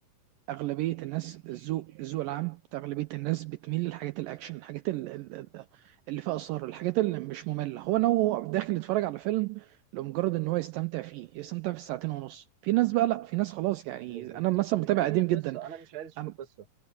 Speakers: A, on the right; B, on the right.
A: اغلبيه الناس الذوق الذوق العام بتاع اغلبيه الناس بتميل للحاجات الاكشن الحاجات ال- ال- ال- اللي فيها اثار الحاجات اللي مش ممله هو انا هو داخل يتفرج على فيلم لمجرد ان هو يستمتع فيه يستمتع في الساعتين ونص في ناس بقى لا في ناس خلاص يعني
B: بالظبط
A: انا مثلا
B: مش
A: متابع
B: هاممني
A: قديم
B: القصه
A: جدا
B: انا مش عايز اشوف
A: أنا-
B: القصه